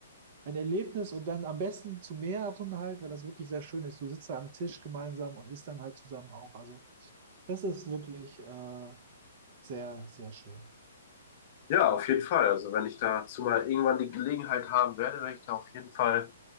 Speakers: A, on the right (about 45°); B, on the left (about 40°).
A: ein Erlebnis und dann am besten zu mehreren halt, weil das wirklich sehr schön ist. Du sitzt da am Tisch gemeinsam und isst dann halt zusammen auch. Also das ist wirklich äh, sehr, sehr schön.
B: Ja, auf jeden Fall. Also wenn ich dazu mal irgendwann die Gelegenheit haben werde, werde ich da auf jeden Fall,